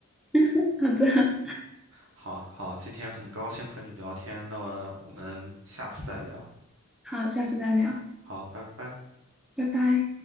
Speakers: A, in the centre; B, on the right (about 60°).
A: <laughs> 好的，
B: 好好，今天很高兴和你聊天，那么我们下次再聊。
A: 好，下次再聊，
B: 好，拜拜。
A: 拜拜。